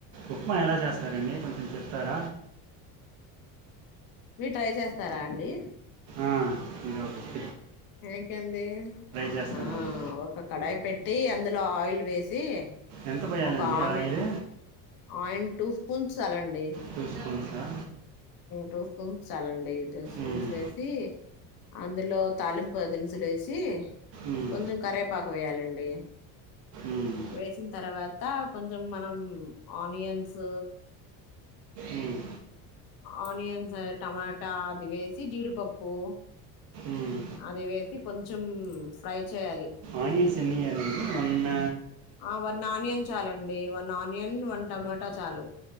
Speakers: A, on the right; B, on the left.
A: ఉప్మా ఎలా చేస్తారండి కొంచెం చెప్ త్తర
B: మీర్ ట్రై చేస్తారా అండి
A: ఆ ఇ
B: ఏంకంది
A: చేస్తానండి
B: ఆ ఒక కడాయి పెట్టి కట్టి అందులో ఆయిల్ వేసి
A: ఎంత పోయాలండి
B: ఒక ఆని
A: ఆయిల్
B: ఆయి పుంచ్ చాలండి
A: పస్కు ఆ
B: టూ చాలా ఉండయి ల్ స్పూన్స్
A: ఉమ్,
B: వేసి అందులో తాలింపు దనుసులు వేసి
A: ఉమ్,
B: కొంచం కర పాకవేయాల అ
A: ఉమ్,
B: వేసిన తర్వాత అంత కొంచెం మనం ఆనియన్స్
A: ఉమ్,
B: ఆనియన్స్ టమాటా అది వేసి జీడిపప్పు
A: ఉమ్.
B: అది వేసి కొంచెం ఫ్రై చేయాలి
A: ఆనియన్స్ ఎన్ని అ ఉన్న
B: ఆ వ నాణ్యంచాలండి వ నా నియన్ వన్ టమోటా చాలు